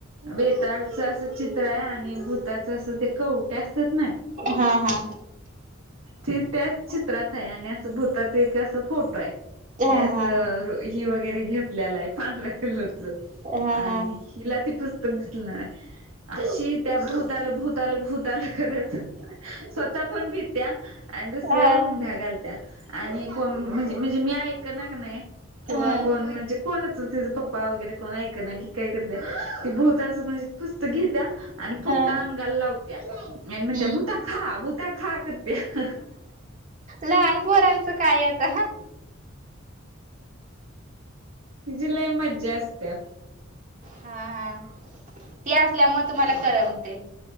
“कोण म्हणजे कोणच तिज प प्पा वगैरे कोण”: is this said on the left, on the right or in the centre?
Right